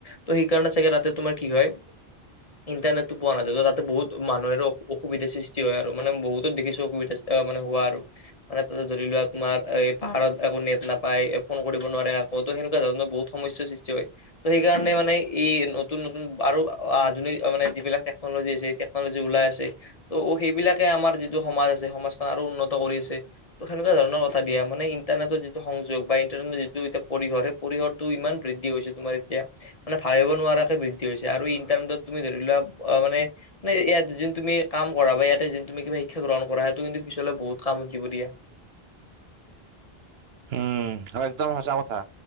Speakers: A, on the left; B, on the right.
A: তো সেইকাৰণে চাগে ৰাতে তোমাৰ কি হয়। ইণ্টাৰনেটটো পোৱা নাযায় তাতে বহুত মানুহৰ অসুবিধা সৃষ্টি হয় আৰু মানে বহুত দেখিছো অসুবিধা অ মানে হোৱা আৰু মানে তাতে জদি লোৱা তোমাৰ এ পাহাৰত একো নেট নাপায় ফোন কৰিব নোৱাৰে। সেনেকুৱা ধৰণৰ বহু সমস্যাৰ সৃষ্টি হয় ত সেইকাৰণে মানে ই নতুন নতুন আৰু আধুনিক মানে যিবিলাক টেকনলজি আছে এতিয়া ওলাই আছে ত' সেইবিলাকে আমাৰ যিটো সমাজ আছে সমাজখন আৰু উন্নত কৰি আছে ত সেনেকুৱা ধৰণৰ কথা দিয়া মানে ইণ্টাৰনেটৰ যিটো সংযোগ বা ইণ্টাৰনেটৰ যিটো এতিয়া পৰিহৰ পৰিসৰটো ইমান বৃদ্ধি হৈছে তোমাৰ এতিয়া মানে ভাবিব নোৱাৰাকে বৃদ্ধি হৈছে আৰু ইণ্টাৰনেটত তুমি ধৰি লোৱা অ মানে ইয়াত যোন তুমি কাম কৰা বা ইয়াতে যোন তুমি কিবা শিক্ষা গ্ৰহণ কৰা সেইটো কিন্তু পিছলৈ বহুত কামত দিব দিয়া
B: উম একদম সঁচা কথা